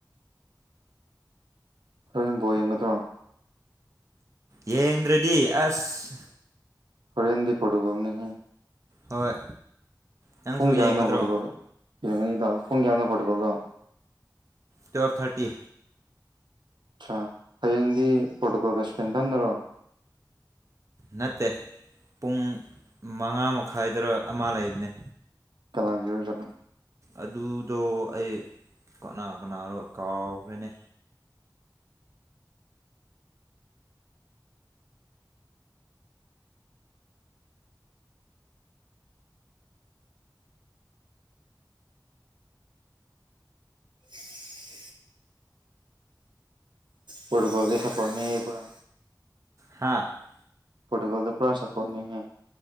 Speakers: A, on the right (about 85°); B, on the right (about 45°).
A: ꯍꯕꯣ ꯌꯦꯡꯒꯠꯇ꯭ꯔꯣ
B: ꯌꯦꯗꯤ ꯑꯁ
A: ꯈꯔꯦꯟ ꯍꯦꯟꯗꯤ ꯐꯣꯇꯣꯒꯝꯅꯤ
B: ꯍꯣꯏ ꯅꯪꯁꯨ
A: ꯄꯨꯡ ꯀꯌꯥꯗꯅ
B: ꯌꯦꯡꯒꯗ꯭ꯔꯣ
A: ꯄꯀꯂꯦ ꯌꯦꯡꯉꯅꯤꯗ ꯄꯨꯡ ꯀꯌꯥꯅ ꯀꯠꯇꯀꯂꯣ
B: ꯇ꯭ꯨꯋꯦꯜꯞ ꯊꯥꯔꯇꯤ
A: ꯑꯆꯥ ꯍꯌꯦꯡꯗꯤ ꯄꯣꯇꯣꯀꯣꯜ ꯀꯁꯄꯦꯟ ꯊ ꯅꯗꯔꯣ
B: ꯅꯠꯇꯦ ꯄꯨꯡ ꯃꯉꯥ ꯃꯈꯥꯏꯗꯔ ꯑꯃ ꯂꯩꯕꯅꯦ
A: ꯀꯃꯥꯡꯒ ꯑꯣꯏꯖꯅꯣ
B: ꯑꯗꯨꯗꯣ ꯑꯩ ꯀꯅꯥ ꯀꯅꯥꯅꯣ ꯀꯥꯎꯈ꯭ꯔꯦꯅꯦ
A: <unintelligible> <inaudible> <unintelligible> <inaudible> ꯄꯣꯔꯒꯒꯤ ꯁꯐꯔꯅꯤ ꯄꯨꯔꯥ
B: ꯍꯥꯥ <unintelligible> <inaudible>
A: ꯄ꯭ꯔꯣꯇꯨꯒꯣꯜꯗ ꯄꯨꯔꯥ ꯁꯄꯣꯔꯠꯅꯤ ꯍꯥꯏ